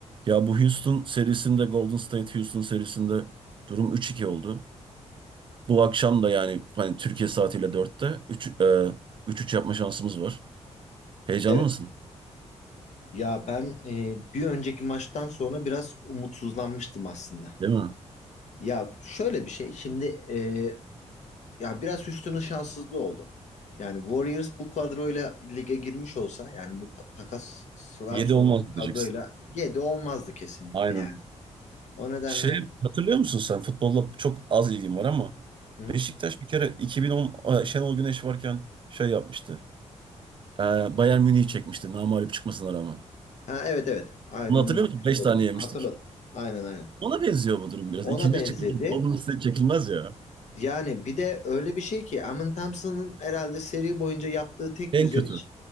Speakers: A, on the right; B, on the left.
A: Ya bu Houston serisinde Golden State Houston serisinde durum 3-2 oldu. Bu akşam da yani hani Türkiye saatiyle dörtte 3 e, 3 yapma şansımız var. Heyecanlı
B: Evet.
A: mısın?
B: Ya ben e, bir önceki maçtan sonra biraz umutsuzlanmıştım aslında.
A: Değil mi?
B: Ya şöyle bir şey şimdi e, ya biraz Houston'ın şanssızlığı oldu. Yani Warriors bu kadroyla lige girmiş olsa yani bu ta- takasdan
A: Yedi
B: sonraki
A: olmaz
B: kadroyla
A: diyeceksin.
B: 7 olmazdı kesinlikle
A: Aynen.
B: yani. O nedenle
A: Şey hatırlıyor musun sen? Futbolla çok az ilgim var ama
B: hı?
A: Beşiktaş bir kere 2010 e, Şenol Güneş varken şey yapmıştı. E, Bayern Münih'i çekmişti namağlup çıkmasına rağmen.
B: Ha evet evet aynı
A: Bunu
B: onun
A: hatırlıyor
B: gibi
A: musun?
B: bir şey
A: 5
B: oldu.
A: tane yemiştik.
B: Hatırladım. Aynen aynen.
A: Ona benziyor bu durum biraz.
B: Ona
A: İkinci
B: benzedi.
A: çıkışta Golden State çekilmez ya.
B: Yani bir de öyle bir şey ki Amin Thompson'ın herhalde seri boyunca yaptığı tek
A: En
B: güzel
A: kötü.
B: iş